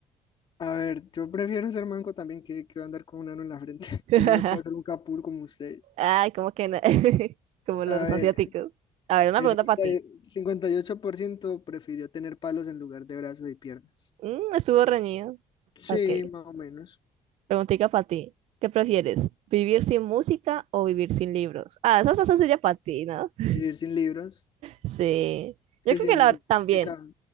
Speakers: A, on the left; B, on the right.
A: A ver, yo prefiero ser manco también que, que andar con un ano en la frente. <laughs>
B: <laughs>
A: Yo no me puedo hacer un capul como ustedes.
B: Ay, como que no. <laughs> Como los
A: A ver,
B: asiáticos. A ver, una
A: El
B: pregunta
A: cincuenta
B: para ti.
A: y- 58% prefirió tener palos en lugar de brazos y piernas.
B: Mm, estuvo reñido.
A: Sí,
B: Ok.
A: más o menos.
B: Preguntica para ti. ¿Qué prefieres? ¿Vivir sin música o vivir sin libros? Ah, esa es sencilla para ti, ¿no? <laughs>
A: Vivir sin libros,
B: Sí. Yo
A: que
B: creo
A: sin
B: que la
A: música,
B: también,